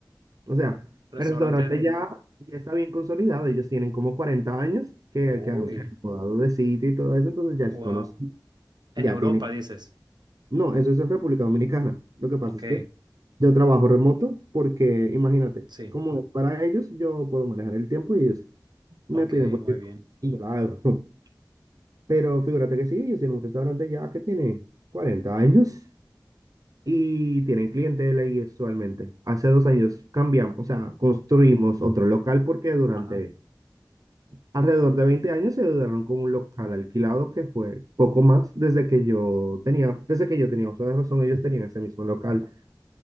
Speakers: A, on the right; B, on the right.
A: O sea,
B: Restaurante.
A: el restaurante
B: en-
A: ya, ya está bien consolidado, ellos tienen como 40 años que,
B: Uy,
A: que han, se han mudado de sitio y todo eso, entonces ya
B: wow.
A: es conocido,
B: En
A: ya
B: Europa,
A: tienen,
B: dices.
A: no, eso es en República Dominicana. Lo que
B: Ok,
A: pasa es que yo trabajo remoto porque, imagínate,
B: sí.
A: como es para ellos, yo puedo manejar el tiempo y ellos me
B: Ok,
A: piden cualquier
B: muy
A: cosa
B: bien.
A: y yo la hago. <laughs> Pero figúrate que sí, ellos tienen un restaurante ya que tiene 40 años y tienen clientela y usualmente. Hace dos años cambiamos, o sea, construimos otro local porque durante
B: Ajá,
A: alrededor de 20 años se duraron con un local alquilado que fue poco más desde que yo tenía, desde que yo tenía uso de razón, ellos tenían ese mismo local.